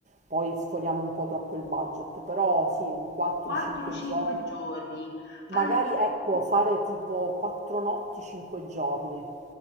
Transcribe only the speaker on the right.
poi sforiamo un po' troppo il budget, però sì, un 4-5
giorni,
magari ecco, fare tipo 4 notti, 5 giorni,